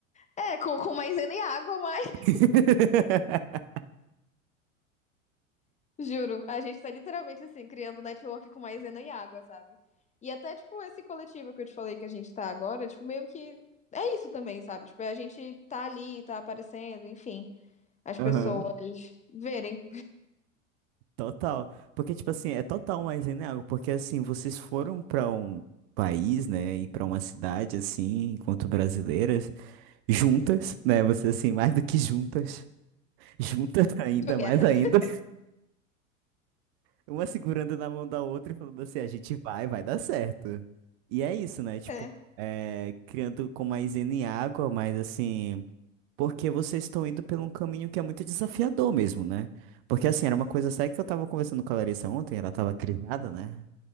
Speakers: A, on the left (about 20°); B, on the right (about 50°).
A: é, com, com maisena e água, mas.
B: <laughs>
A: Juro, a gente tá literalmente assim, criando um network com maisena e água, sabe? E até, tipo, esse coletivo que eu te falei que a gente tá agora, tipo, meio que é isso também, sabe? Tipo, é a gente tá ali, tá aparecendo, enfim, as
B: Aham.
A: pessoas verem.
B: Total. Porque, tipo assim, é total mais algo porque assim, vocês foram pra um país, né, e pra uma cidade, assim, enquanto brasileiras, juntas, né, vocês, assim, mais do que juntas, <laughs> juntas ainda,
A: Together.
B: mais ainda,
A: <laughs>
B: <laughs> uma segurando na mão da outra e falando assim, a gente vai, vai dar certo. E é isso, né, tipo,
A: É.
B: é, criando com mais em água, mas assim, porque vocês estão indo por um caminho que é muito desafiador mesmo, né? Porque assim, era uma coisa séria que eu tava conversando com a Larissa ontem, ela tava crisada, né?